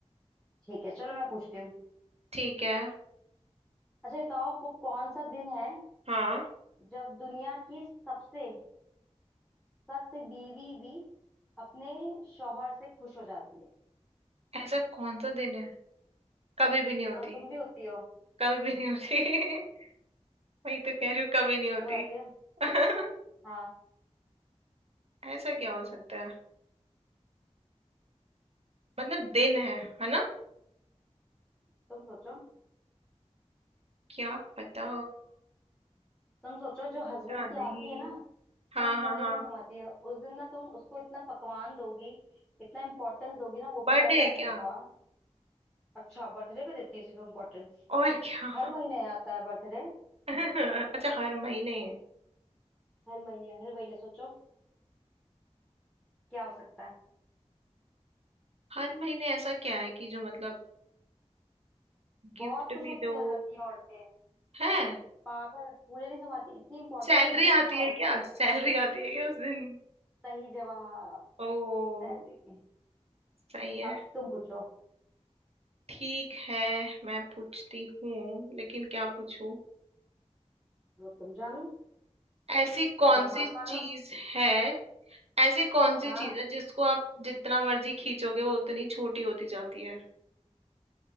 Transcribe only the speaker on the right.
ठीक है
हाँ
ऐसा कौन सा दिन है कभी भी नहीं होती
कभी भी नहीं होती वही तो कह रही हूँ कभी नहीं होती
<laughs>
ऐसा क्या हो सकता है मतलब दिन है है ना
क्या पता
पता नहीं
हाँ
हाँ
हाँ
बर्थडे
है क्या
और क्या
<laughs> अच्छा हर महीने
हर महीने ऐसा क्या है कि जो मतलब गिफ्ट
भी
दो
है
सैलरी
आती
है क्या
सैलरी आती है क्या उस दिन
ओ
सही है
ठीक है मैं पूछती हूँ लेकिन क्या पूछूं
ऐसी
कौन सी
चीज है ऐसी कौन सी
चीज है जिसको आप जितना मर्जी खींचोगे वो उतनी छोटी होती जाती है